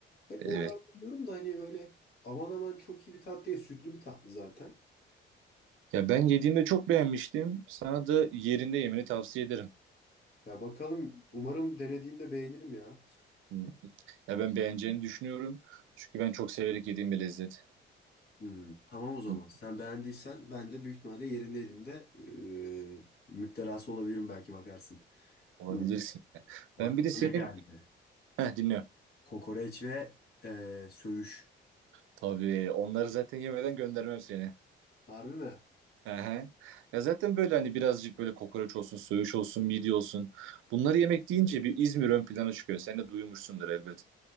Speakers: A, on the left; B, on the right.
A: Hep
B: Evet.
A: oralarda yiyorum da hani böyle aman aman çok iyi bir tatlı değil sütlü bir tatlı zaten.
B: Ya ben yediğimde çok beğenmiştim. Sana da yerinde yemeni tavsiye ederim.
A: Ya bakalım umarım denediğimde beğenirim ya.
B: Hı. Ya ben beğeneceğini düşünüyorum. Çünkü ben çok severek yediğim bir lezzet.
A: Hmm, tamam o zaman
B: Hı,
A: sen beğendiysen ben de büyük ihtimalle yerindeydim de e, müptelası olabilirim belki bakarsın.
B: Olabilirsin.
A: Hmm, aklıma
B: Ben bir de senin...
A: ne geldi?
B: Heh, dinliyorum.
A: Kokoreç ve e, söğüş.
B: Tabii onları zaten yemeden göndermem seni.
A: Harbi mi?
B: Aha. Ya zaten böyle hani birazcık böyle kokoreç olsun, söğüş olsun, midye olsun. Bunları yemek deyince bir İzmir ön plana çıkıyor. Sen de duymuşsundur elbet.